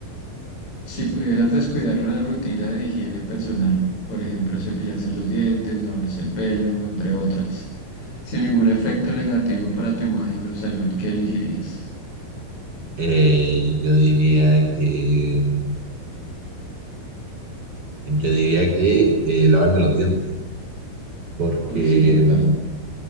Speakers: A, on the left (about 50°); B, on the right (about 40°).
A: Si pudieras descuidar una rutina de higiene personal, por ejemplo, cepillarse los dientes, lavarse el pelo, entre otras. Sin ningún efecto negativo para tu imagen o salud, ¿qué elegirías?
B: Eh, yo diría que, mm, yo diría que eh, lavarme los dientes, porque,
A: Uy, sí, total.
B: mm,